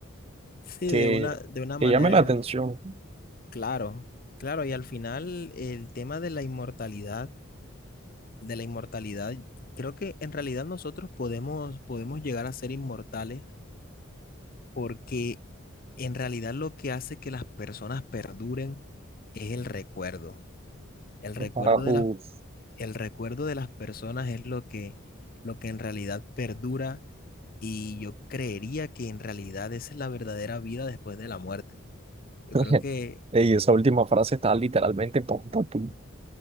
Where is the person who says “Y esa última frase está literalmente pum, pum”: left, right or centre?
Right